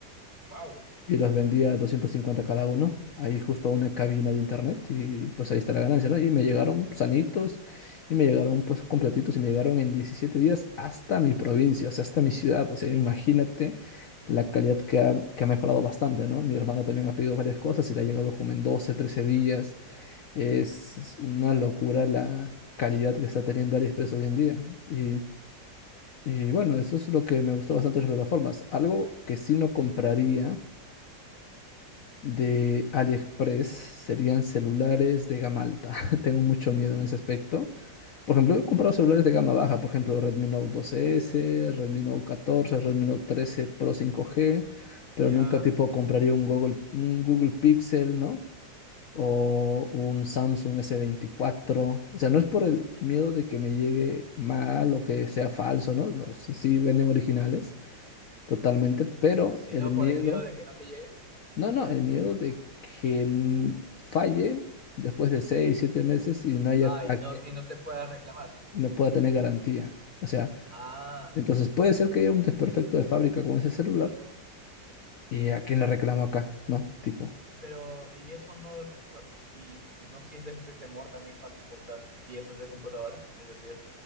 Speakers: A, on the right (about 25°); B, on the left (about 55°).
A: Wow.
B: y los vendía 250 cada uno, ahí justo a una cabina de internet y pues ahí está la ganancia, ¿no? Y me llegaron sanitos y me llegaron pues completitos y me llegaron en 17 días hasta mi provincia, o sea, hasta mi ciudad, o sea, imagínate la calidad que ha, que ha mejorado bastante, ¿no? Mi hermano también ha pedido varias cosas y le ha llegado como en doce trece días, es es una locura la calidad que está teniendo AliExpress hoy en día y... Y bueno, eso es lo que me gustó bastante de las plataformas. Algo que sí no compraría de AliExpress serían celulares de gama alta. <laughs> Tengo mucho miedo en ese aspecto. Por ejemplo, he comprado celulares de gama baja, por ejemplo, Redmi Note 12S, Redmi Note 14, Redmi Note 13 Pro 5G, pero
A: ya.
B: nunca tipo compraría un Google, un Google Pixel, ¿no? O un Samsung S24. O sea, no es por el miedo de que me llegue mal o que sea falso, ¿no? No sé, sí venden originales, totalmente, pero
A: Si
B: el
A: no,
B: miedo
A: por el miedo de que no te llegue.
B: no, no, el miedo de que n- falle después de seis, siete meses y no haya
A: Ah, y
B: a
A: no,
B: quien
A: y no te puedas reclamar.
B: no pueda tener garantía. O sea,
A: Ah,
B: entonces puede ser que haya un desperfecto de fábrica con ese celular y a quién le reclamo acá, ¿no? Tipo,
A: pero, y eso no, o sea, y no sientes ese temor también cuando compras piezas de computadora. Es decir,